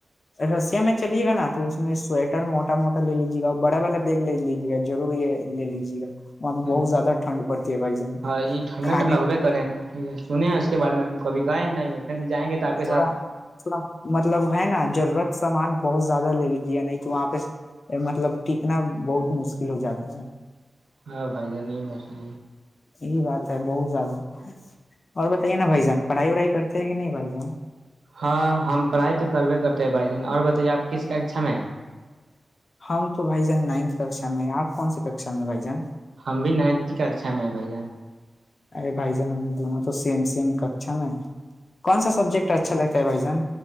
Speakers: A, on the left; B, on the right.
A: رسیا میں چلیے گا نا تو اس میں سویٹر موٹا موٹا لے لیجیے گا اور بڑا والا بیگ لے لیجیے گا ضروری ہے لے لیجیے گا وہاں پہ
B: ہاں
A: بہت زیادہ ٹھنڈ پڑتی ہے بھائی جان
B: ہاں یہ ٹھنڈا
A: کھانے
B: تو لگبے کرےیں ہیں ٹھیک ہے سنے ہیں اس کے بارے میں کبھی گائے ہیں ن ان بھی جائیں گے تو آپ کے ساتھ
A: تھوڑا تھوڑا مطلب ہے نا ضرورت سامان بہت زیادہ لے لیجیے نہیں تو وہاں پہ مطلب ٹکنا بہت مشکل ہو جاتا ہے
B: ہاں فائ جہ نہیں بسا
A: یہی بات ہے بہت زیادہ اور بتائیے نا بھائی جان پڑھائی وڑھائی کرتے ہیں کہ نہیں بھائی جان
B: ہاں ہم پڑھائی تو کربے کرتے ہیں بھائی ج اور بتائیے آپ کس کا چم ہے
A: ہم تو بھائی جان نائنتھ ککا میں آپ کون سے ککشا میں بھائی جان
B: ہم بھی نائنتھ کی ککھا میں ہے بھائی جان
A: ارے بھائی جان ہم دونوں تو سیم سیم ککھا میں کون سا سبجیکٹ اچھا لگتا ہے بھائی جان